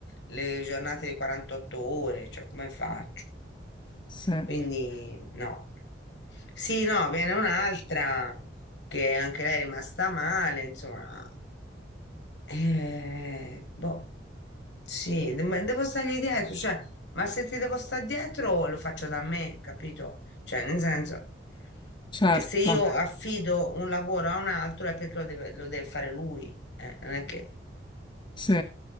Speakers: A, on the left; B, on the left.
A: le giornate di 48 ore, cioè, come faccio?
B: sì,
A: Quindi no. Sì, no, viene un'altra che anche lei è rimasta male, insomma. Eh, boh, sì, de- ma devo stargli dietro, cioè, ma se ti devo stare dietro lo faccio da me, capito? Cioè, nel senso,
B: certo.
A: eh, se io affido un lavoro a un altro è perché lo deve, lo deve fare lui, eh, non è che...
B: Sì,